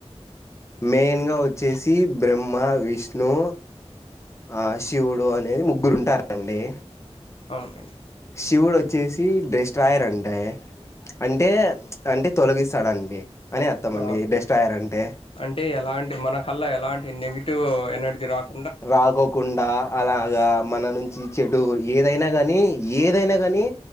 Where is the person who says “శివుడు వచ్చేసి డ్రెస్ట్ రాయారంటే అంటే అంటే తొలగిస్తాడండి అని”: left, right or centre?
Left